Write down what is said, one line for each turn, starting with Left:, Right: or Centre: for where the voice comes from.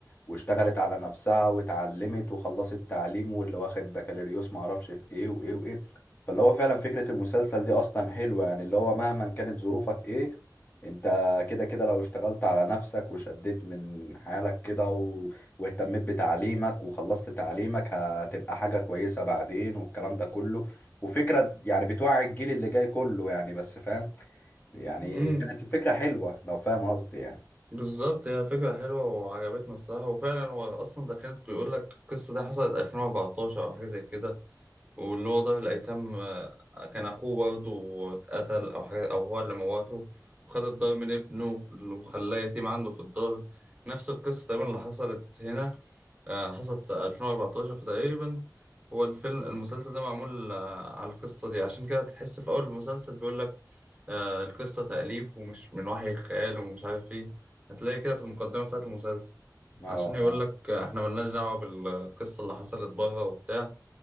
Left: واشتغلت على نفسها واتعلمت وخلصت تعليم واللي واخد بكالوريوس معرفش في ايه وايه وايه فاللي هو فعلا فكرة المسلسل دي اصلا حلوة يعني اللي هو مهما كانت ظروفك ايه انت كده كده لو اشتغلت على نفسك وشديت من حالك كده و... واهتميت بتعليمك وخلصت تعليمك هتبقى حاجة كويسة بعدين والكلام ده كله وفكرة يعني بتوعي الجيل اللي جاي كله يعني بس فاهم يعني
Right: امم
Left: كانت الفكرة حلوة لو فاهم قصدي يعني
Right: بالظبط هي فكرة حلوة وعجبتنا الصراحة وفعلا هو أصلا ده كانت بيقول لك القصة دي حصلت 2014 أو حاجة زي كده واللي هو ضابط الأيتام آه، كان أخوه برضه اتقتل أو حاجة أو هو اللي موته وخد الدار من ابنه وخلاه يتيم عنده في الدار نفس القصة تقريبا اللي حصلت هنا آه، حصلت 2014 فتقريبا هو الفيلم المسلسل ده معمول آه، على القصة دي عشان كده تحس في أول المسلسل بيقول لك آه، القصة تأليف ومش من وحي الخيال ومش عارف إيه هتلاقي كده في المقدمة بتاعة المسلسل
Left: اه اه
Right: عشان يقول لك آه، إحنا ملناش دعوة بالقصة اللي حصلت بره وبتاع